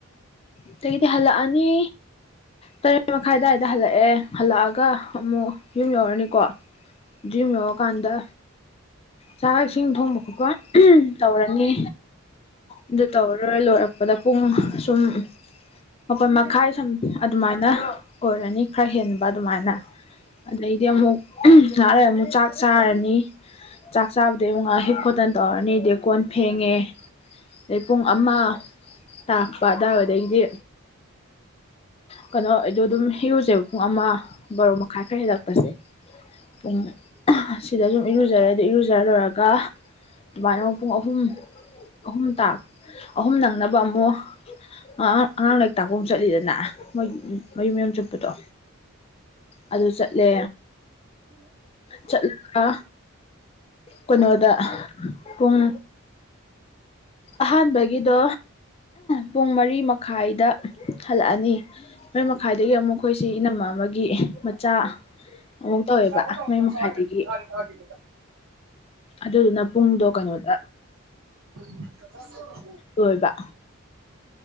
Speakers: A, on the left; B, on the right.
A: ꯑꯗꯒꯤꯗꯤ ꯍꯜꯂꯛꯑꯅꯤ ꯇꯔꯦꯠ ꯃꯈꯥꯏ ꯑꯗꯥꯏꯗ ꯍꯜꯂꯛꯑꯦ ꯍꯜꯂꯛꯑꯒ ꯑꯃꯨꯛ ꯌꯨꯝ ꯌꯧꯔꯅꯤꯀꯣ ꯌꯨꯝ ꯌꯧꯔꯀꯥꯟꯗ ꯆꯥꯛ ꯏꯁꯤꯡ ꯊꯣꯡꯕ ꯈꯣꯠꯄ ꯇꯧ ꯇꯧꯔꯅꯤ ꯑꯗꯨ ꯇꯧꯔ ꯂꯣꯏꯔꯛꯄꯗ ꯄꯨꯡ ꯁꯨꯝ ꯃꯄꯥꯟ ꯃꯈꯥꯏ ꯁꯨꯝ ꯑꯗꯨꯃꯥꯏꯅ ꯑꯣꯏꯔꯅꯤ ꯈꯔ ꯍꯦꯟꯕ ꯑꯗꯨꯃꯥꯏꯅ ꯑꯗꯩꯗꯤ ꯑꯃꯨꯛ ꯉꯥꯍꯥꯛ ꯂꯩꯔ ꯑꯃꯨꯛ ꯆꯥꯛ ꯆꯥꯔꯅꯤ ꯆꯥꯛ ꯆꯥꯕꯗꯩ ꯑꯃꯨꯛ ꯉꯍꯥꯛ ꯍꯤꯞ ꯈꯣꯠꯇꯅ ꯇꯧꯔꯅꯤꯗꯤ ꯀꯣꯟ ꯐꯦꯡꯉꯦ ꯑꯗꯩ ꯄꯨꯡ ꯑꯃ ꯇꯥꯔꯛꯄ ꯑꯗꯨꯋꯥꯗꯒꯤꯗꯤ ꯀꯩꯅꯣ ꯑꯩꯗꯣ ꯑꯗꯨꯝ ꯍꯤꯔꯨꯁꯦꯕ ꯄꯨꯡ ꯑꯃ ꯕꯥꯔꯣ ꯃꯈꯥꯏ ꯈꯔ ꯍꯦꯜꯂꯛꯄꯁꯦ ꯄꯨꯡ ꯑꯁꯤꯗ ꯁꯨꯝ ꯏꯔꯨꯖꯔꯦ ꯑꯗꯨ ꯏꯔꯨꯖꯔ ꯂꯣꯏꯔꯒ ꯑꯗꯨꯃꯥꯏꯅ ꯑꯃꯨꯛ ꯄꯨꯡ ꯑꯍꯨꯝ ꯑꯍꯨꯝ ꯇ ꯑꯍꯨꯝ ꯅꯪꯅꯕ ꯑꯃꯨꯛ ꯑ ꯑꯉꯥꯡ ꯂꯥꯏꯔꯤꯛ ꯇꯥꯛꯄ ꯑꯃꯨꯛ ꯆꯠꯂꯤꯗꯅ ꯃꯌꯨꯝ ꯃꯌꯨꯝ ꯆꯠꯄꯗꯣ ꯑꯗꯨ ꯆꯠꯂꯦ ꯆꯠꯂꯒ ꯀꯩꯅꯣꯗ ꯄꯨꯡ ꯑꯍꯥꯟꯕꯒꯤꯗꯣ ꯄꯨꯡ ꯃꯔꯤ ꯃꯈꯥꯏꯗ ꯍꯜꯂꯛꯑꯅꯤ ꯃꯔꯤ ꯃꯈꯥꯏꯗꯒꯤ ꯑꯃꯨꯛ ꯑꯩꯈꯣꯏꯁꯤ ꯏꯅꯝꯃ ꯑꯃꯒꯤ ꯃꯆꯥ ꯑꯃꯨꯛ ꯇꯧꯋꯦꯕ
B: ꯇꯧꯔꯣ ꯇꯧꯔꯣ
A: ꯃꯔꯤ
B: ꯀꯩꯁꯧ
A: ꯃꯈꯥꯏꯗꯒꯤ
B: ꯍꯥꯏꯗꯦꯗ ꯊꯥꯒꯤ ꯊꯥꯒꯤ
A: ꯑꯗꯨꯗꯨꯅ ꯄꯨꯡꯗꯣ ꯀꯩꯅꯣꯗ
B: <unintelligible> <inaudible>
A: ꯂꯣꯏꯕ